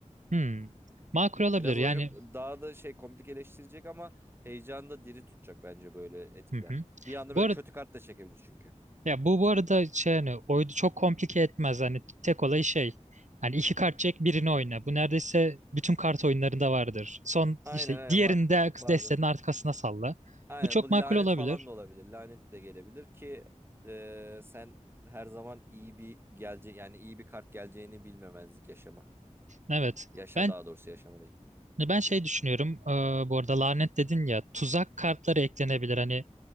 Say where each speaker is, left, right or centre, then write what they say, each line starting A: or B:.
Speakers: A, on the right; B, on the right.
A: Hmm. Makul olabilir
B: Biraz
A: yani.
B: oyunu daha da şey komplikeleştirecek ama heyecanı da diri tutacak bence böyle etkiler.
A: Hı hı.
B: Bir anda
A: Bu
B: böyle
A: arada
B: kötü kart da çekebilir çünkü.
A: Ya bu bu arada şey hani oyunu çok komplike etmez. Hani tek olay şey. Hani iki kart çek birini oyna. Bu neredeyse bütün kart oyunlarında vardır. Son
B: Aynen
A: işte
B: aynen
A: diğerini
B: var.
A: de
B: Vardır.
A: destenin arkasına salla.
B: Aynen
A: Bu çok
B: bu
A: makul
B: lanet
A: olabilir.
B: falan da olabilir. Lanet de gelebilir ki e, sen her zaman iyi bir gelecek yani iyi bir kart geleceğini bilmemezlik yaşama.
A: Evet.
B: Yaşa
A: Ben
B: daha doğrusu yaşama değil.
A: ben şey düşünüyorum. Ee, bu arada lanet dedin ya tuzak kartları eklenebilir. Hani